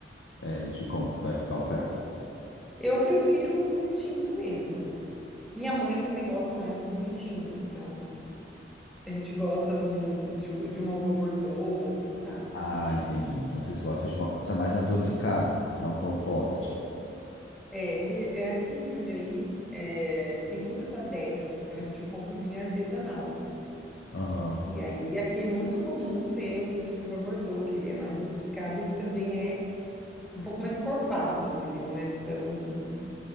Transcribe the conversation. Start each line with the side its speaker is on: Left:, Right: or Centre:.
Left: é, de como que vai ficar o prato?
Centre: Eu prefiro o vinho tinto mesmo. Minha mãe também gosta mais do vinho tinto, então. A gente gosta de, um, de, de uma uva Bordeaux, assim, sabe?
Left: Ah, entendi. Então vocês gostam de uma coisa mais adocicada, não tão forte.
Centre: É, e- é aqui em Jundiaí é, tem muitas adegas, então a gente compra o vinho artesanal.
Left: Aham.
Centre: E aí aqui é muito comum ter o vinho de uva Bordeaux, que ele é mais adocicado, ele também é um pouco mais encorpado, ele não é tão